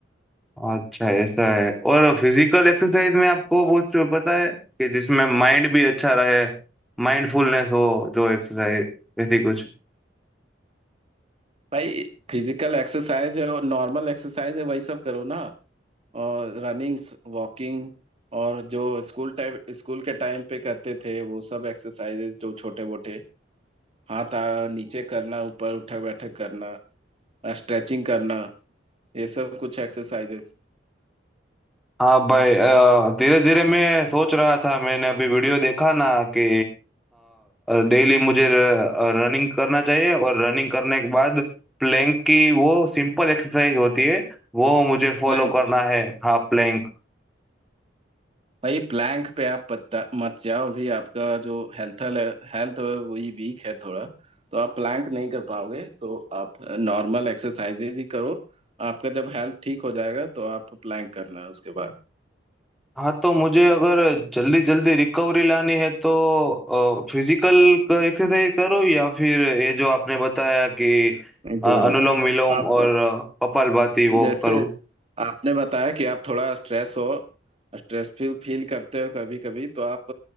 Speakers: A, in the centre; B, on the right.
A: अच्छा ऐसा है और फिजिकल एक्सरसाइज में आपको कुछ पता है कि जिसमें माइंड भी अच्छा रहे माइंडफुलनेस हो जो एक्सरसाइज ऐसी कुछ
B: भाई फिजिकल एक्सरसाइज है और नॉर्मल एक्सरसाइज है वही सब करो ना और रनिंग वॉकिंग और जो स्कूल टाइम स्कूल के टाइम पे करते थे वो सब एक्सरसाइजेज जो छोटे मोटे हाथ आ, नीचे करना ऊपर उठक बैठक करना स्ट्रेचिंग करना ये सब कुछ एक्सरसाइजेस
A: हाँ भाई धीरे धीरे मैं सोच रहा था मैंने अभी वीडियो देखा ना कि डेली मुझे रनिंग करना चाहिए और रनिंग करने के बाद प्लैंक की वो सिंपल एक्सरसाइज होती है वो मुझे फॉलो
B: प्लैंक
A: करना है हाँ प्लैंक
B: भाई प्लैंक पे आप पत्ता मत जाओ भी आपका जो हेल्थ हेल्थ है वही वीक है थोड़ा तो आप प्लैंक नहीं कर पाओगे तो आप नॉर्मल एक्सरसाइजेज ही करो आपका जब हेल्थ ठीक हो जाएगा तो आप प्लैंक करना उसके बाद
A: हाँ तो मुझे अगर जल्दी जल्दी रिकवरी लानी है तो फिजिकल एक्सरसाइज करूँ या फिर ये जो आपने बताया कि
B: नहीं,
A: अ,
B: दोनों
A: अनुलोम विलोम
B: आप
A: और अ, कपालभाति वो
B: जैसे
A: करूँ
B: आपने बताया कि आप थोड़ा स्ट्रेस हो स्ट्रेस फील फील करते हो कभी कभी तो आप